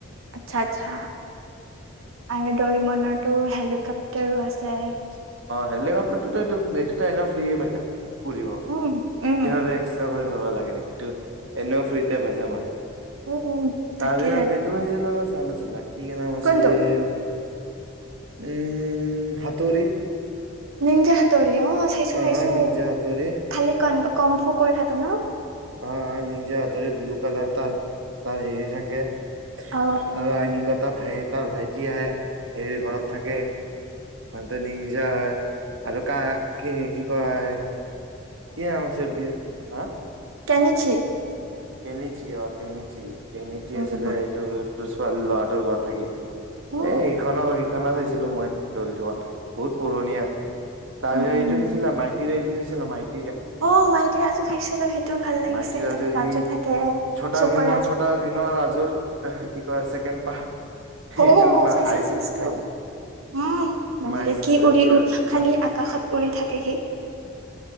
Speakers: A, on the right; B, on the right.
A: আচ্ছা আচ্ছা আৰু দৰিমনৰ টো হেলিকপ্তাৰো আছে যে
B: হেলিকপ্টাৰতো টো এইটো এইটো তো এনেও ফ্ৰি যে পাই যাম উৰিব তেতিয়া
A: উম উম
B: হ'লে এক্সটা ক ল'ব লাগে নেকি তোৰ? এনেও ফ্ৰীতে পাই যাম আৰু
A: উম উম
B: তাৰ
A: তাকে
B: ভিতৰত এইটো আহিছিলে ন জানিছিলে। কি কি নাম আছিল
A: কোনটো
B: উম হাত তুৰি
A: নিনজা হাত তৰি অ চাইছোঁ চাইছোঁ
B: অ নিঞ্জা হাতৰি
A: খালি ক কম ফু কৰি থাকে ন
B: অ অ নিনজা হাতৰি ব্লু কালাৰ তাৰ তাৰ হেৰি থাকে
A: অ
B: আ আ কি কয় তাত ভাই তাৰ ভাইটি আহে সেই ঘৰত থাকে সিহঁতে নিনজা হয় আৰু কা কি কি কয় কি নাম আছিল বি হা
A: টানিছি
B: কেনিছি অ কেনেছি। কেনিছি
A: উম
B: আছিলে
A: উম
B: সেইটোত তোৰ ছোৱালী ল'ৰাটোৰ ঘৰত থাকিছিলে।
A: উম
B: এ সিখনৰ সিখনে চাইছিলো মই ডৰিমন বহুত পুৰণিয়ে আছিলে। তাৰপাছত
A: উম উম
B: এইটো চাইছিলা মাইতি যে এইটো <unintelligible>
A: অ মাইকী ৰাজু চাইছিলোঁ সেইটোও ভাল লাগিছিল
B: মাইতী ৰাইজু
A: তাতে ৰাজু
B: সি
A: থাকে।
B: ছটা
A: চুপাৰ
B: ভীমৰ
A: ৰাজু
B: ছটা ভীম ৰাজুৰ কি কয়। Second part.
A: অ
B: এইটো মানে
A: চাইছো
B: হাই চিটিত
A: চাইছো
B: থাকে
A: উম বাপ
B: মাই
A: ৰে কি
B: মাইতী
A: উৰি উ
B: ৰাজু
A: খালি
B: হা
A: আকাশত উৰি থাকে সি।